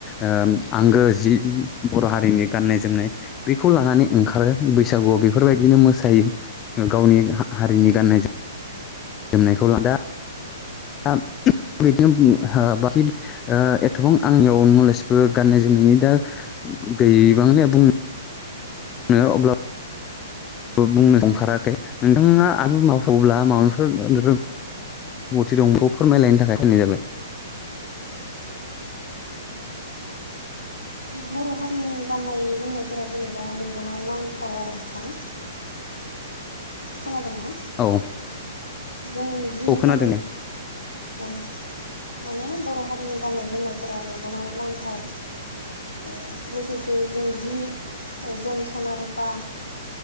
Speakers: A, on the left; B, on the left.
A: ओ आंगो जि बर' हारिनि गाननाय जोमनाय बेखौ लानानै ओंखारो बैसागुआव बेफोरबायदिनो मोसायो गावनि हा-हारिनि गाननाय जोमनायखौ ला दा आ बिदिनो बुंङो हो बाखि ओ एथबां आंनियाव नलेजबो गाननाय जोमनायनि दा गैबांलिया बुं नो अब्ला बुंनो ओंखाराखै नोंथाङा आबो मावफावोब्ला माबाफोर रोंगौथि दंखौ फोरमायलायनो थाखाय खालायनाय जाबाय
B: बर' हारिनि गाननाय जोमनायफोरा जेनेबा मेगनाव नांथाव आरो नोंथां खोनादोंना
A: औ
B: जों जि
A: औ खोनादों
B: जोम ओ माने बर हारिनि गाननाय जोमनायफोरा मेगनाव नांथाव ओ लोगोसे जों जि ओ जोम सना रुपा